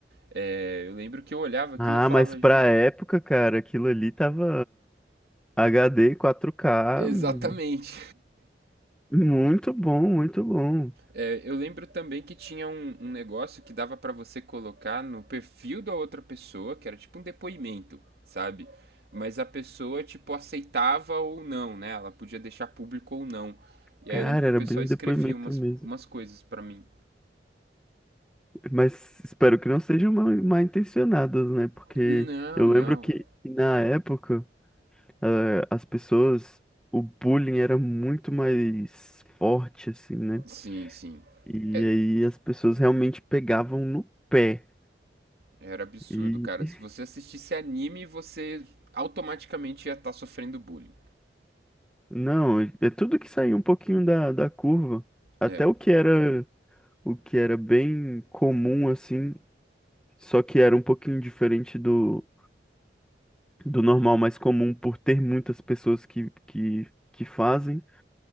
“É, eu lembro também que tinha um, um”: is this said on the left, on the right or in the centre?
Right